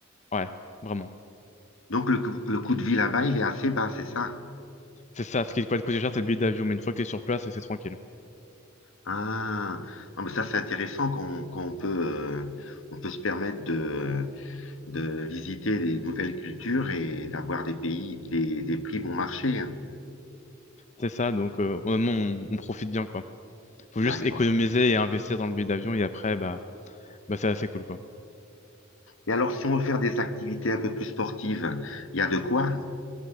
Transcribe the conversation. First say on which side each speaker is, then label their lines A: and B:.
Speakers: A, on the left; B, on the left.
A: Ouais, vraiment.
B: Donc le, cou- le coût de vie là-bas, il est assez bas, c'est ça?
A: C'est ça, ce qui va te coûter cher, c'est le billet d'avion. Mais une fois que tu es sur place, c'est tranquille.
B: Ah, non, mais ça, c'est intéressant qu'on qu'on peut, euh, on peut se permettre de, de visiter des nouvelles cultures et d'avoir des pays, des, des prix bon marché. hein.
A: C'est ça, donc euh, honnêtement, on, on profite bien, quoi. Faut
B: D'accord.
A: juste économiser et investir dans le billet d'avion, et après, bah, bah c'est assez cool, quoi.
B: Et alors, si on veut faire des activités un peu plus sportives, il y a de quoi?